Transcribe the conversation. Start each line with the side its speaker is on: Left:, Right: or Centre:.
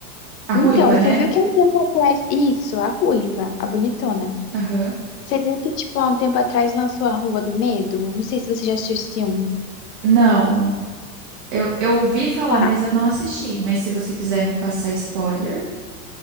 Right: A
Left: Então,
Right: ruiva,
Left: você
Right: né?
Left: viu que há um tempo atrás. Isso, a ruiva, a bonitona.
Right: Aham.
Left: Você viu que, tipo, há um tempo atrás lançou a Rua do Medo? Não sei se você já assistiu esse filme.
Right: Não, eu, eu ouvi falar,
Left: Tá.
Right: mas eu não assisti. Mas se você quiser me passar spoiler,